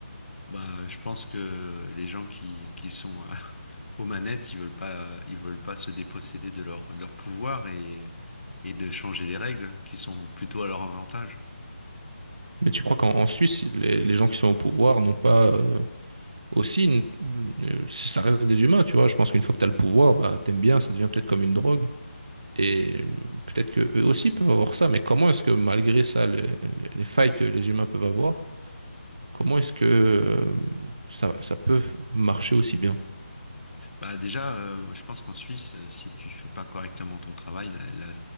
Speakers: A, on the left; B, on the right.
A: Bah, je pense que les gens qui, qui sont euh, <laughs> aux manettes, ils veulent pas, ils veulent pas se déposséder de leur, de leur pouvoir et, et de changer des règles qui sont plutôt à leur avantage.
B: Mais tu crois qu'en en Suisse, les, les gens qui sont au pouvoir n'ont pas euh, aussi, une- euh, ça reste des humains, tu vois. Je pense qu'une fois que tu as le pouvoir, bah, t'aimes bien, ça devient peut-être comme une drogue. Et euh, peut-être que eux aussi peuvent avoir ça, mais comment est-ce que malgré ça, le- le- les failles que les humains peuvent avoir, comment est-ce que euh, ça, ça peut marcher aussi bien?
A: Bah déjà, euh, je pense qu'en Suisse, euh, si tu fais pas correctement ton travail, la, la-